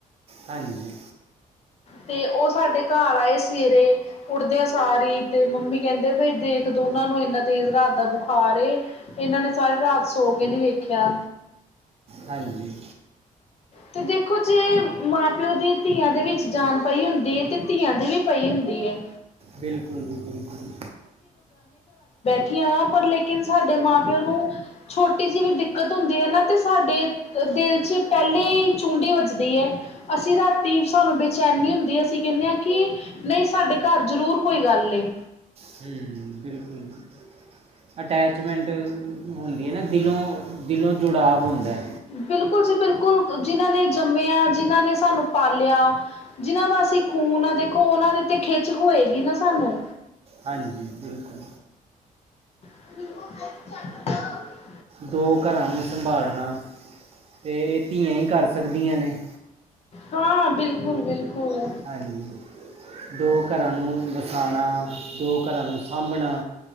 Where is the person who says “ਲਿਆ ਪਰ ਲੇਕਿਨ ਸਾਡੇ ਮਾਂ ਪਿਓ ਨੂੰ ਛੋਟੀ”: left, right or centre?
Left